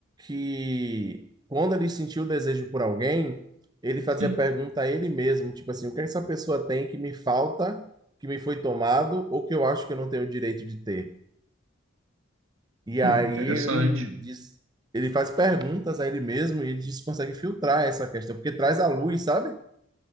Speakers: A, on the right; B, on the right.
A: que quando ele sentiu o desejo por alguém, ele fazia
B: sim.
A: pergunta a ele mesmo, tipo assim, o que essa pessoa tem que me falta, que me foi tomado, ou que eu acho que eu não tenho o direito de ter? E
B: Hum,
A: aí
B: interessante.
A: ele diz, ele faz perguntas a ele mesmo e ele diz que consegue filtrar essa questão, porque traz à luz, sabe?